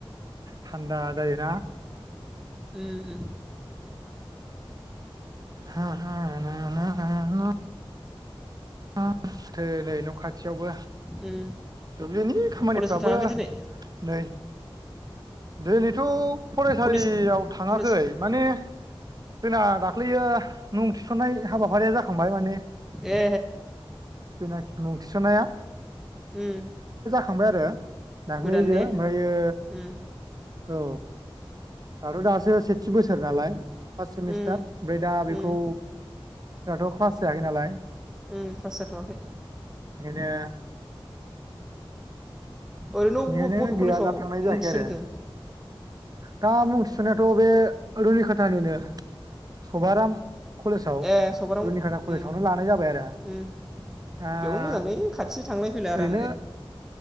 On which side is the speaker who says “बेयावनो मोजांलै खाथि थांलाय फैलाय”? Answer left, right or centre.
Centre